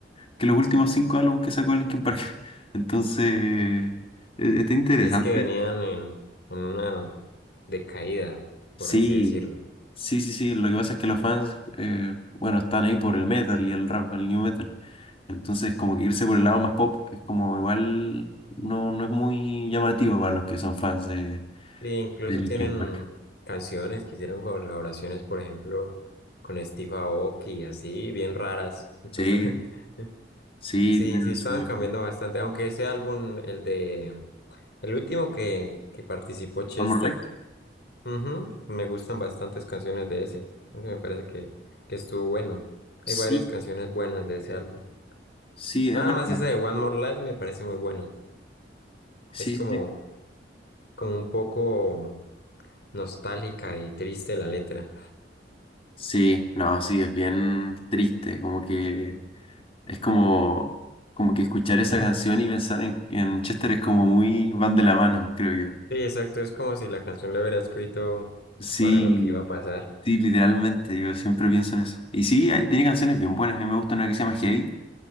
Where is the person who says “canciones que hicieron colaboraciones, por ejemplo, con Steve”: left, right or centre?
Left